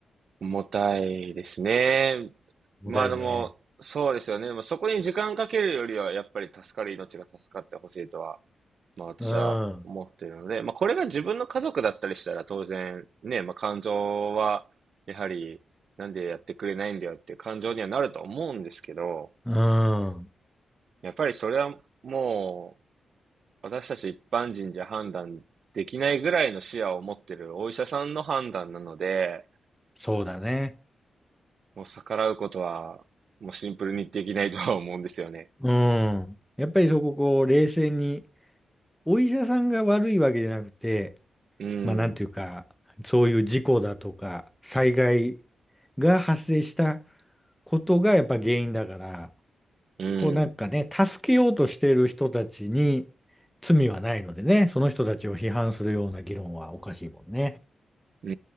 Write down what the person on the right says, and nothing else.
重たいですね。
まあでも、そうですよね。まあ、そこに時間かけるよりは、やっぱり助かる命が助かってほしいとはまあ私は思っているので、
まあこれが自分の家族だったりしたら当然ね、まあ感情はやはりなんでやってくれないんだよっていう感情にはなると思うんですけど、
やっぱりそれはもう私たち一般人じゃ判断できないぐらいの視野を持ってるお医者さんの判断なので、
もう逆らうことはもうシンプルにできないとは思うんですよね。
うん、
うん、
う